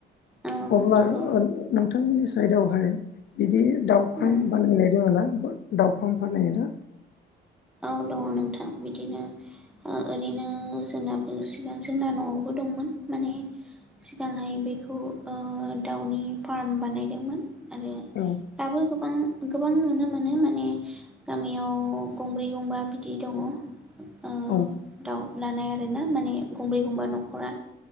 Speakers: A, in the centre; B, on the left.
A: औ
B: अब्ला
A: नंगौ
B: नोंथांमोननि ओ साइदावहाय बिदि दाउ फार्म
A: उम
B: बानायनाय जोङो ना दाउ फार्म फाननाखोना
A: औ दङ नोंथां। बिदिनो ओ ओरैनो जोंनाबो सिगां जोंना नआवबो दंमोन माने। सिगांहाय बेखौ ओ दाउनि फार्म बानायदोंमोन। आरो
B: औ
A: दाबो गोबां गोबां नुनो मोनो माने गामियाव गंब्रै। गंबा बिदै दङ। ओ
B: औ।
A: दाउ लानाय आरोना माने गंब्रै गंबा न'रा